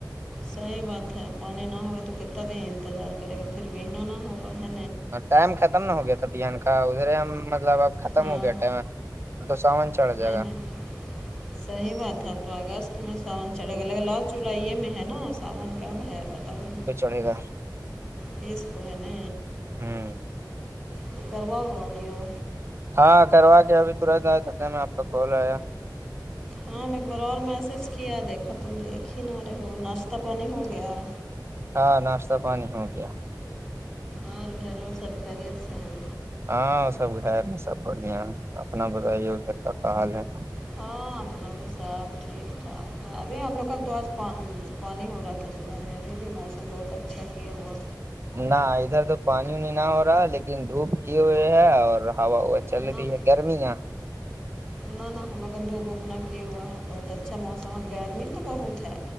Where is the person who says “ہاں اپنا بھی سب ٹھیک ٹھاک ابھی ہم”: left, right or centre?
Centre